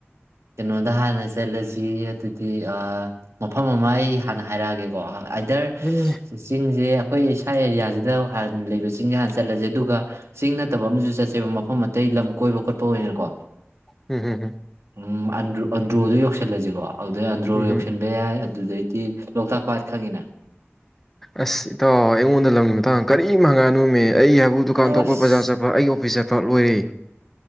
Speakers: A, on the right (about 85°); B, in the centre.
A: ꯀꯩꯅꯣꯗ ꯍꯥꯟꯅꯁꯤ ꯂꯖꯤ ꯑꯗꯨꯗꯤ ꯃꯐꯝ ꯑꯃ ꯑꯩ ꯍꯥꯟꯅ ꯍꯥꯏꯔꯛꯑꯒꯦꯀꯣ ꯑꯥꯏꯗꯔ
B: ꯎꯝ
A: ꯆꯤꯡꯁꯦ ꯑꯩꯈꯣꯏ ꯁꯥꯢ ꯑꯦꯔꯤꯌꯥꯁꯤꯗ ꯍꯥꯟꯅ ꯂꯩꯕ ꯆꯤꯡꯁꯦ ꯍꯥꯟꯅ ꯆꯠꯂꯁꯦ ꯑꯗꯨꯒ ꯆꯤꯡ ꯅꯠꯇꯕ ꯑꯃꯁꯨ ꯆꯠꯁꯦꯕ ꯃꯐꯝ ꯑꯇꯩ ꯂꯝ ꯀꯣꯏꯕ ꯈꯣꯠꯄ ꯑꯣꯏꯅꯅꯀꯣ
B: ꯎꯝ ꯍꯝ
A: ꯎꯝ ꯑꯟ ꯑꯟꯗꯔꯣ ꯑꯗꯔꯣꯗꯨ ꯌꯧꯁ ꯆꯠꯂꯁꯤꯀꯣ ꯑꯗꯨꯗꯩ ꯑꯟꯗ꯭ꯔꯣ
B: ꯎꯝ ꯍꯝ
A: ꯌꯧꯁꯤꯟꯕ ꯌꯥꯏ ꯑꯗꯨꯗꯩꯗꯤ ꯂꯣꯛꯇꯥꯛ ꯄꯥꯠ ꯈꯪꯉꯤꯅ
B: ꯑꯁ ꯏꯇꯥꯎ ꯑꯩꯉꯣꯟꯗ ꯂꯝꯒꯤ ꯃꯇꯥꯡꯗ ꯀꯔꯤꯝ ꯍꯉꯥꯀꯅꯨꯃꯤ ꯑꯩ ꯍꯥꯏꯕꯨ ꯗꯨꯀꯥꯟ
A: ꯑꯁ
B: ꯊꯣꯛꯄ ꯕꯖꯥꯔ ꯆꯠꯄ ꯑꯩꯒꯤ ꯑꯣꯐꯤꯁ ꯆꯠꯄ ꯂꯣꯏꯔꯦ